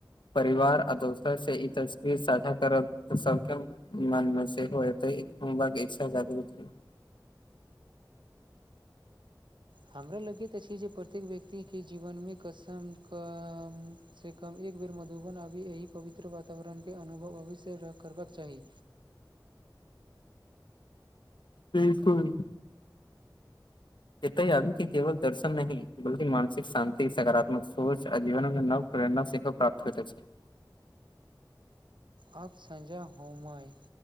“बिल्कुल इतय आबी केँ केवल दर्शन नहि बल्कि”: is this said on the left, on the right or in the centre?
Left